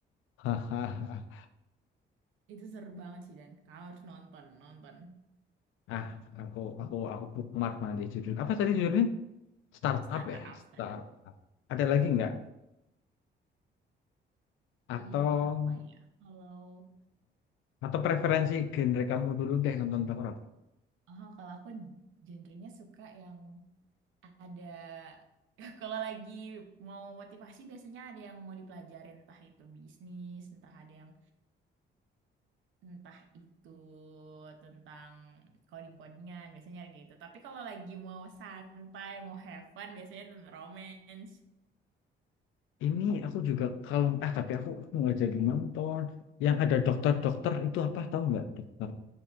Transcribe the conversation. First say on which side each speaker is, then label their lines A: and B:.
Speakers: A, on the left (about 85°); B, on the right (about 75°).
A: Hahaha.
B: Itu seru banget sih Dan. Kau harus nonton, nonton
A: Ah, aku aku aku bookmark nanti judul. Apa tadi judulnya? Startup
B: startup,
A: ya,
B: startup.
A: startup. Ada lagi nggak? Atau
B: I apa ya? Kalau
A: atau preferensi genre kamu dulu deh nonton horor.
B: oh, kalau aku genrenya suka yang ada <laughs> kalau lagi mau motivasi biasanya ada yang mau dipelajarin entah itu bisnis entah ada yang entah itu tentang coding-codingan biasanya kayak gitu tapi kalau lagi mau santai mau have fun biasanya tentang romance
A: Ini aku juga kalau ah tapi aku nggak jadi nonton. Yang ada dokter-dokter itu apa tahu nggak dokter?